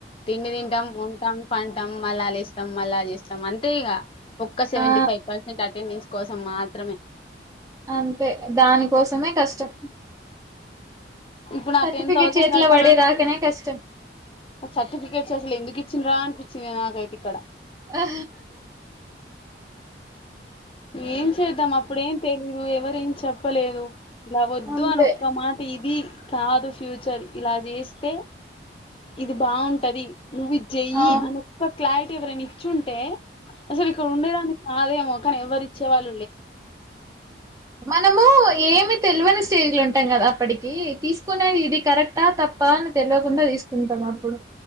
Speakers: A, on the left; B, on the right.
A: తిండి తింటాం ఉంటాం పంటాం మళ్ళా లేస్తాం మళ్ళా చేస్తాం అంతే ఇక ఒక్క సెంటీ
B: ఆ
A: ఫైర్సెం అటెండెన్స్ కోసం మాత్రమే
B: అంతే దానికోసమే కష్టం
A: ఇప్పుడు ఆ
B: సర్టిఫికెట్
A: టెన్ థౌజండ్
B: చేతిలో
A: కట్టామంటే
B: పడే దాకనే కష్టం
A: సర్టిఫికేట్స్ అసలు ఎందుకు ఇచ్చిన్రా అనిపించింది నాకైతే ఇక్కడ
B: ఆ
A: ఏం చేద్దాం అప్పుడేం తెలీదు ఎవర ఏం చెప్పలేదు ఇలా వద్దు
B: అంతే
A: అని ఒక్క మాట ఇది కాదు ఫ్యూచర్ ఇలా చేస్తే ఇది బాగుంటది. నువ్వు ఇది చేయి
B: అవును
A: అని, ఒక క్లారిటీ ఎవరైనా ఇచ్చి ఉంటే అసలు ఇక్కడ ఉండేదాని కాదేమో, కానీ ఎవరు ఇచ్చేవాళ
B: మనము ఏమి తెలివని స్టేజ్ లో ఉంటా ఉంటాం కదా అప్పటికి తీసుకునేది ఇది కరెక్టా తప్ప అని తెలియకుండా తీసుకుంటాం అప్పుడు,